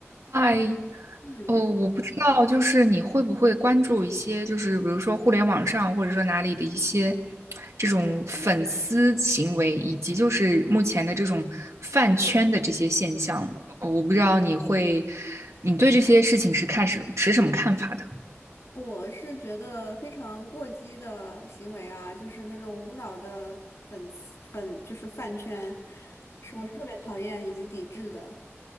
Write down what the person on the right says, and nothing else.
嗨，
哦，我不知道，就是你会不会关注一些，就是比如说互联网上或者说哪里的一些这种粉丝行为，以及就是目前的这种饭圈的这些现象，哦我不知道你会，你对这些事情是看什持什么看法的？